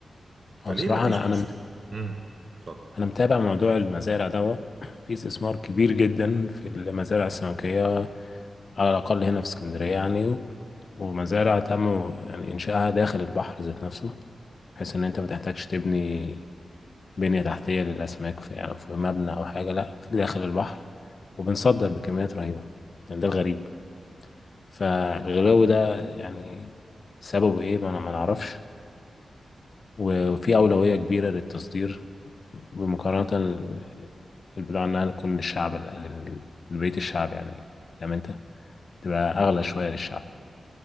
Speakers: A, on the left; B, on the right.
A: هو
B: فليه
A: بصراحة
B: ما فيش
A: انا
B: مست...
A: انا مت-
B: امم طب
A: انا متابع موضوع المزارع ده في استثمار كبير جدا في المزارع السمكية على الاقل هنا في اسكندرية يعني ومزارع تم يعني انشائها داخل البحر ذات نفسه بحيث ان انت ما تحتاجش تبني بنية تحتية للاسماك في يعني في مبنى او حاجة لا في داخل البحر وبنصدر بكميات رهيبة يعني ده الغريب فالغلو ده يعني سببه ايه ما أنا- ما نعرفش وفي اولوية كبيرة للتصدير بمقارنة ال- البضاعة انها تكون للشعب لبيت الشعب يعني فاهم انت تبقى اغلى شوية للشعب